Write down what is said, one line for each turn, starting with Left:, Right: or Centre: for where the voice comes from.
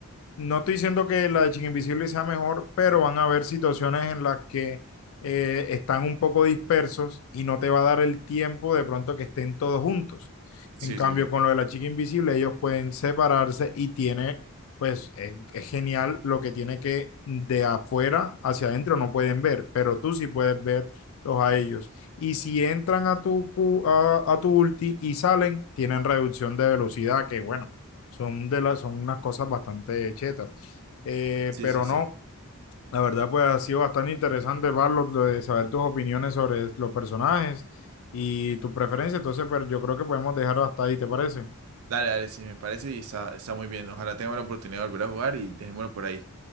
Left: No estoy diciendo que la de Chica Invisible sea mejor, pero van a haber situaciones en las que eh, están un poco dispersos y no te va a dar el tiempo de pronto que estén todos juntos.
Right: Sí,
Left: En cambio,
Right: sí, sí.
Left: con lo de la Chica Invisible, ellos pueden separarse y tiene, pues, eh, es genial lo que tiene que de afuera hacia adentro no pueden ver, pero tú sí puedes verlos a ellos. Y si entran a tu, cu- a, a tu ulti y salen, tienen reducción de velocidad, que bueno son de las, son unas cosas bastante chetas. Eh,
Right: Sí,
Left: pero
Right: sí, sí.
Left: no, la verdad, pues ha sido bastante interesante, Pablo, de saber tus opiniones sobre los personajes y tus preferencias. Entonces, pero yo creo que podemos dejarlo hasta ahí, ¿te parece?
Right: Dale, dale, sí, me parece y está, está muy bien. Ojalá tengamos la oportunidad de volver a jugar y dejémoslo por ahí.